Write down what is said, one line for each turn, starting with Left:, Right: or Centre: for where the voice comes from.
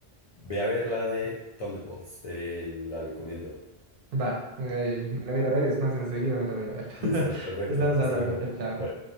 Left: ve a ver la de Thunderbolts. Te la recomiendo.
Right: Va, eh, me la voy a ir a ver, es más, enseguida me la voy a ir a ver. <laughs>
Left: Listo, perfecto.
Right: Estamos
Left: Hasta
Right: hablando,
Left: luego.
Right: chao, chao.
Left: Bye.